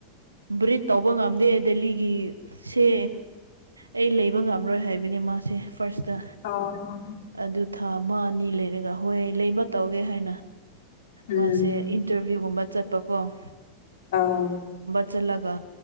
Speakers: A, on the right (about 80°); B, on the left (about 55°).
A: ꯕ꯭ꯔꯤꯠ ꯇꯧꯕ ꯉꯝꯗꯦ ꯗꯦꯜꯂꯤꯒꯤ ꯁꯦ ꯑꯩ ꯂꯩꯕ ꯉꯝꯔꯣꯏ ꯍꯥꯏꯕꯅꯦ ꯃꯥꯁꯦ ꯐꯥꯔꯁꯇ
B: ꯑꯣ
A: ꯑꯗꯨ ꯊꯥ ꯑꯃ ꯑꯅꯤ ꯍ ꯇꯧꯒꯦ ꯍꯥꯏ
B: ꯎꯝ
A: ꯃꯥꯁꯦ ꯆꯠꯣ
B: ꯑꯧ
A: ꯆꯠꯂꯒ